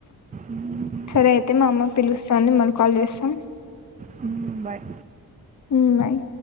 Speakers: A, on the right; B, on the left.
A: ఉమ్,
B: సరే అయితే మా అమ్మ పిలుస్తా ఉంది మాళ్ కాల్ చేస్తాం.
A: హ్మ్మ్ బాయ్
B: ఉమ్ బాయ్